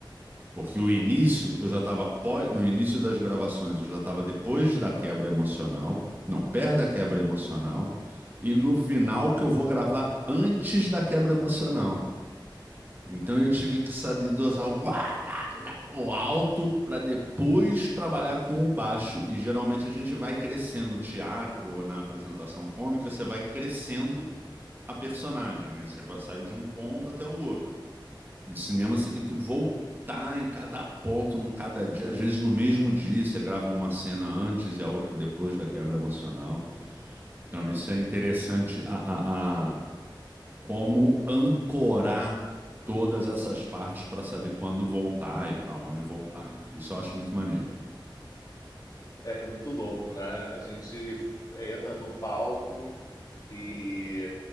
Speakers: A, on the right; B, on the left.
A: Porque o início, eu já estava no início das gravações, eu já estava depois da quebra emocional, não, perto da quebra emocional, e no final que eu vou gravar antes da quebra emocional. Então eu tive que saber dosar o, uá, lá, lá, o alto para depois trabalhar com o baixo. E geralmente a gente vai crescendo no teatro ou na apresentação cômica, você vai crescendo a personagem, né? Você vai sair de um ponto até o outro. No cinema você tem que voltar em cada ponto, num cada dia, às vezes no mesmo dia você grava uma cena antes e a outra depois da quebra emocional. Então isso é interessante a, a, a como ancorar todas essas partes para saber quando voltar e para onde voltar. Isso eu acho muito maneiro.
B: É muito louco, né? A gente entra no palco e